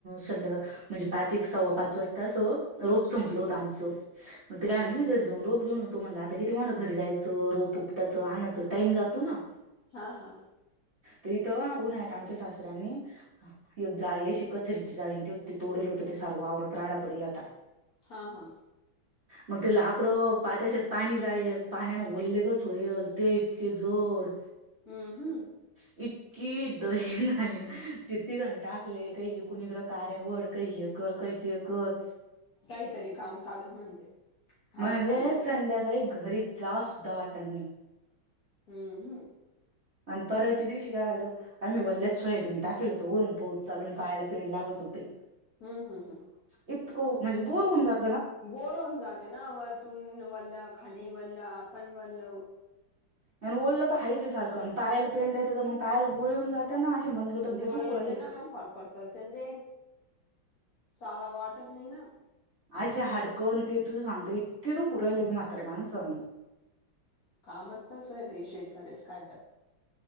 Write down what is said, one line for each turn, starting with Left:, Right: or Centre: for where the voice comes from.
Right: संध्याकाळ म्हणजे पाच एक सव्वा पाच स्वस्तः अस रोप संपल
Left: हम्म
Right: होतं आमचं मग ते
Left: हम्म
Right: काय म्ह मी घरजेऊन रोप घेऊन होतो म्हणला तर किती म्हट घरी जायचं रोप उपटाचं आणायचं टाइम जातो ना
Left: हा हा
Right: त इथं उन्हात आमच्या सासऱ्यांनी एक जाय श कथरीची जाईन ते ते तोडेल होत ते सर्व आवरात राडा पडेल आता
Left: हा हा
Right: मग ते लाकडं पात्याच्यात पाणी जाईल पाण्यान उल्लेगच होईल ते इतके जोड
Left: हम्म हम्म
Right: इ कि दही झाली ना तिती घंटाकले काही कुणीकडें कार्यावर काही हे कर काही ते कर
Left: काहीतरी काम चालूच म्हणजे हाल
Right: म्हणजे
Left: खालीच ना
Right: संध्याकाळी घरी जा सुद्धा वाटानी
Left: हम्म हम्म
Right: आणि परवाच्या दिवशी काय झालं. आम्ही वल्लच सोयाबीन टाकेल होतो वरून पाऊस चालून पायाला पेंड लागत होते.
Left: हम्म हम् हम्.
Right: इतक म्हणजे बोर होऊन जातो.
Left: बोर होन जाते ना वरतून वल्लं खाली वल्लं आपण वल्ल
Right: आणि ओललं तर हायेच ये सारखं पायला पेंडायं तर मग पायला गोळे येऊन जात ना अशे मनगटत तेन
Left: गोळे
Right: दुखू
Left: येते
Right: राहिले
Left: ना मग फटफट करते ते चलाव वाटत नाही ना
Right: असे हाडकन ते तुझ सांगते इतके दुखु राहिले के म्ह ताऱ्या माणसा वाणी
Left: कामच तस आहे बाई शेेतकऱ्याच काय करता.